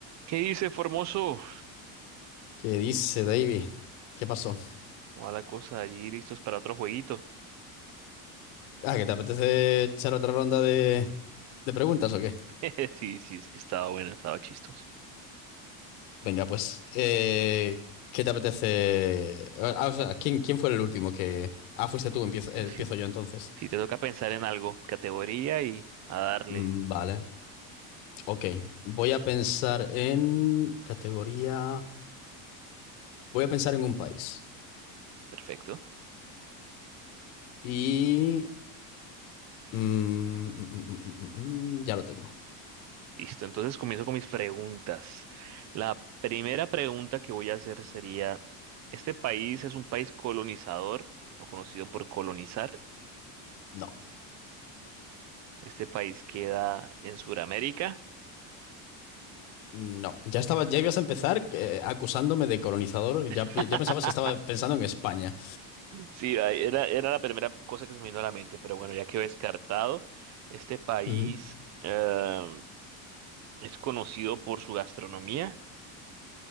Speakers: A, on the right; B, on the left.
A: ¿Qué dice Formoso?
B: ¿Qué dice, David? ¿Qué pasó?
A: ¿Cómo va la cosa allí? ¿Listos para otro jueguito?
B: Ah, ¿que te apetece echar otra ronda de, de preguntas o qué?
A: <laughs> Sí, sí, es que estaba bueno, estaba chistoso.
B: Venga, pues, eh, ¿qué te apetece? Ah, o sea, ¿quién, quién fue el último que... Ah, fuiste tú, empiezo, eh,
A: Eh, Sí,
B: empiezo yo entonces.
A: sí, te toca pensar en algo, categoría y a darle.
B: Mm, Vale, ok. Voy a pensar en categoría... Voy a pensar en un país.
A: Perfecto.
B: Y... mm, mm, mm, mm, mm, mm, mm, ya lo tengo.
A: Listo, entonces comienzo con mis preguntas. La primera pregunta que voy a hacer sería, ¿este país es un país colonizador o conocido por colonizar?
B: No,
A: ¿Este país queda en Sudamérica?
B: no. Ya estaba, ya ibas a empezar eh, acusándome de colonizador.
A: <laughs>
B: Ya, pi- ya pensabas que estaba pensando en España.
A: Sí, ay, era, era la primera cosa que se me vino a la mente, pero bueno, ya quedó descartado. Este país
B: Ujú.
A: eh, es conocido por su gastronomía.